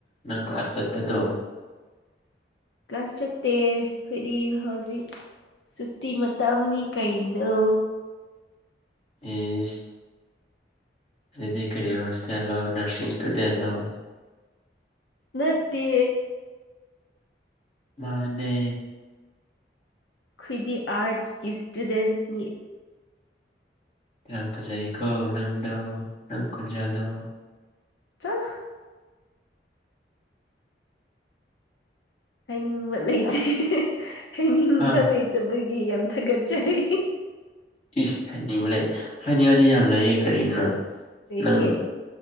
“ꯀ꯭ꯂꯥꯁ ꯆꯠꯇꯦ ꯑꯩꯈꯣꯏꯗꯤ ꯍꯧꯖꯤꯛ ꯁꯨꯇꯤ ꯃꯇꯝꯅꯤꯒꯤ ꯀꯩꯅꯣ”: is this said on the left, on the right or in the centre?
Left